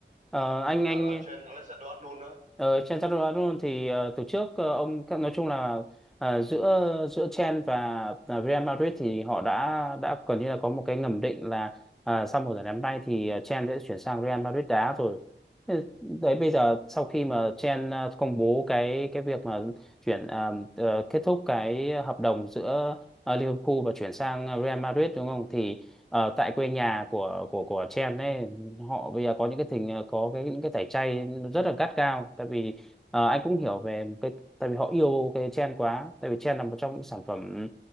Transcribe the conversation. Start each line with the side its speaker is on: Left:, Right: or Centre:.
Centre: Ờ, anh
Right: với
Centre: anh
Right: cả là trend Alexander-Arnold nữa
Centre: Ờ, Chen Chaturanga thì ờ, từ trước ờ, ông nói chung là ờ, giữa giữa Chen và ờ, Real Madrid thì họ đã đã gần như là có một cái ngầm định là à, sau mùa giải năm nay thì ờ, Chen sẽ chuyển sang Real Madrid đá rồi. Ừ, Đấy bây giờ sau khi mà Chen ờ, công bố cái cái việc mà chuyển à, ờ, kết thúc cái hợp đồng giữa ờ, Liverpool và chuyển sang Real Madrid đúng không? Thì ờ, tại quê nhà của của của Chen ấy họ bây giờ có những cái tình ờ, có cái những cái tẩy chay nó rất là gắt gao tại vì ờ, anh cũng hiểu về cái tại vì họ yêu cái trend quá tại vì trend là một trong những sản phẩm